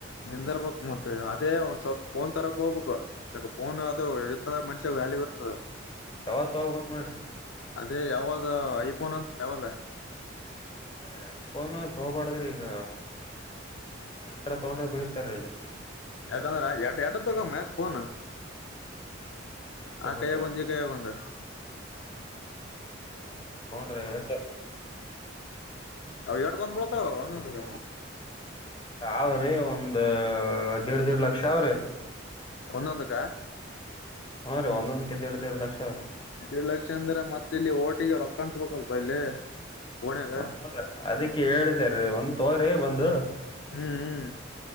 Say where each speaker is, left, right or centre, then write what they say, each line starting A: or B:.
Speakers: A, on the left; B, on the left.
A: ನಿಂದರ್ಬೇಕಕ್ ಮತ್ತೆ ಅದೇ ಒಂದ ಸ್ವಲ್ಪ ಫೋನ್ ತರಕ್ ಹೋಗ್ಬೇಕು ಫೋನ್ ಅದು ಇಂದ ಮನ್ಷ್ಯ ವ್ಯಾಲ್ಯೂ ಇರುತ್ತದೆ
B: ಯಾವತ್ ಹೋವಾಗ ಮಾಡಿ ರಿ
A: ಅದೇ ಯಾವಾಗ ಐಫೋನ್ ಅಂತ ಯಾವಾಗ
B: ಹ ಐಫೋನ್ ತೊಬಡಾದರಿ ಈಗ ಅಲ್ಟ್ರಾ ತೌಂಡ್ರ ಬೆಳಿತಾರೆ ಇಲ್ಲಿ
A: ಯಾಕಂದ್ರ ಎಡ್ ಎಡತ ಹೋಗಮ್ಮ ಫೋನ್.
B: ನಡೀತ
A: ಹ
B: ಬಿಡ್ರಿ
A: ಕಯಗೊಂದು ಈ ಕಯಗೊಂದು
B: ಸರಿ ಸರಿ ತುಗೊಂಡ್ರಿ ಎಸ್
A: ಆವ ಎಟ್ಟಕ ಒಂದ ಬಿಳ್ಳತಾವ ಒಂದೊದಕ
B: ಅವ್ರಿ ಒಂದ ದೀಡ್ ದಿಡ್ ಲಕ್ಷ ಅವ್ರಿ
A: ಒಂದಂದುಕ್ಕ
B: ಹ್ನ್ ರೀ ಒಂದೊಂದ್ದ ದೀಡ್ ದಿಡಲಕ್ಷ ಅವ ರೀ
A: <unintelligible> ಲಕ್ಷ ಅಂದ್ರೆ ಮತ್ತ ಇಲ್ಲಿ ಓಟಿಗೆ ರೊಕ್ಕ ಅನ್ಸ್ಬೇಕಲ್ಪ ಇಲ್ಲಿ ಫೋನ್ಯಾಗ
B: ಮತ್ತ ನೋಡ್ರ ಅದಿಕ್ಕೆ ಹೇಳಿದಾರ ಒಂದ್ ತೋರಿ ಒಂದು
A: ಹ್ಮ್ ಹ್ಮ್